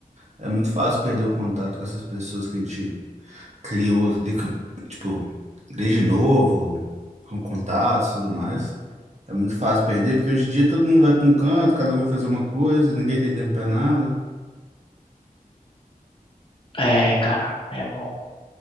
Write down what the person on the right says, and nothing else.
É muito fácil perder o contato com essas pessoas que a gente criou, de- tipo, desde novo, com contatos e tudo mais. É muito fácil perder, porque hoje em dia todo mundo vai pra um canto, cada um vai fazer uma coisa, ninguém tem tempo pra nada.